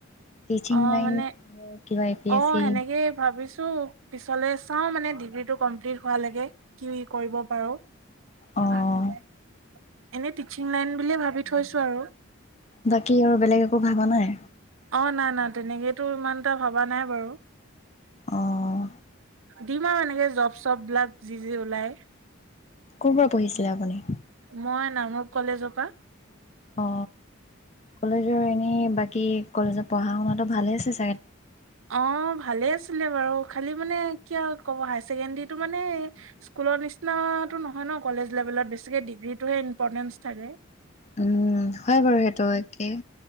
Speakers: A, on the left; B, on the right.
A: টিচিং
B: অ
A: লাইন
B: মানে
A: কিবা A P S
B: O
A: C
B: সেনেকেই ভাবিছো। পিছলে চাওঁ মানে ডিগ্ৰীটো কমপ্লিট হোৱা লেকে কি কৰিব পাৰো।
A: অঁ
B: <unintelligible> এনে টিচিং লাইন বুলিয়ে ভাবি থৈছো আৰু।
A: বাকী আৰু বেলেগ একো ভাবা নাই?
B: অ নাই নাই তেনেকেতো ইমান এটা ভবা নাই বাৰু
A: অঁ
B: দিম আৰু এনেকে জব চপ বিলাক যি যি ওলাই।
A: ক' পৰা পঢ়িছিলে আপুনি?
B: মই নামৰূপ কলেজৰ পৰা।
A: অ কলেজৰ এনে বাকী কি কলেজত পঢ়া শুনাাতটো ভালে আছে চা
B: অ' ভালে আছে। ছিলে বাৰু খালি মানে কিয় ক'ব হাই ছেকেণ্ডৰীতটো মানে স্কুলৰ নিচিনাটো নহয় ন' কলেজ লেভেলত বেছিকে ডিগ্ৰীটোহে ইম্পৰ্টেন্ঞ্চ থাকে।
A: উম হয় বাৰু সেইটো একেই।